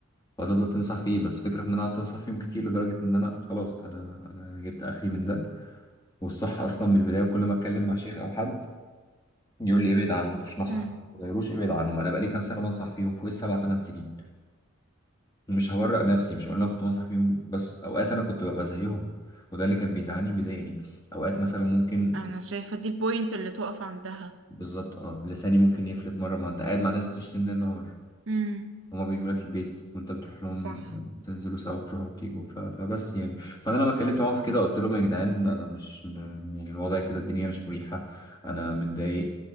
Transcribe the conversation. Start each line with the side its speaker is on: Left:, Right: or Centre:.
Left: وهتفضل تنصح فيه بس فكره ان انا قعدت انصح فيهم كتير لدرجه ان انا خلاص انا انا جبت اخري من ده والصح اصلا من البدايه وكل ما اتكلم مع شيخ او حد يقول لي ابعد عنهم ما تروحش نصح
Right: امم
Left: ما تغيروش ابعد عنهم انا بقالي كام سنه بنصح فيهم فوق السبع ثمان سنين ومش هورق نفسي مش هقول انا كنت بنصح فيهم بس اوقات انا كنت ببقى زيهم وده اللي كان بيزعلني بيضايقني اوقات مثلا ممكن
Right: انا شايفة دي البوينت اللي تقف عندها
Left: بالظبط اه لساني ممكن يفلت مرة ما انت قاعد مع ناس بتشتم ليل نهار
Right: امم
Left: هما بيجوا لك البيت وانت بتروح لهم
Right: صح
Left: بتنزلوا سوا بتروحوا وبتيجوا ف... فبس يعني فانا لما اتكلمت معاهم في كده قلت لهم يا جدعان انا مش م- يعني الوضع كده الدنيا مش مريحة انا متضايق